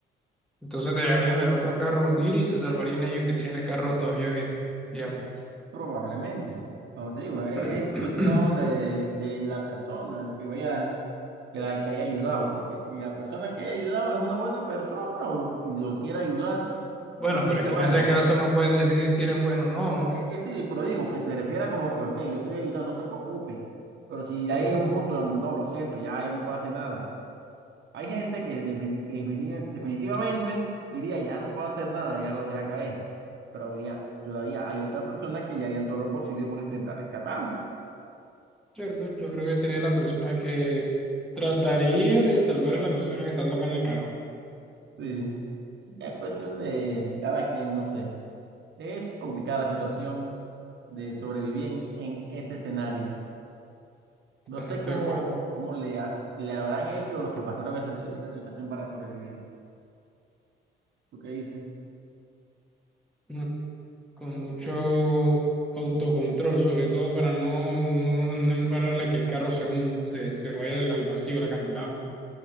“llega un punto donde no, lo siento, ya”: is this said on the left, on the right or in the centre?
Right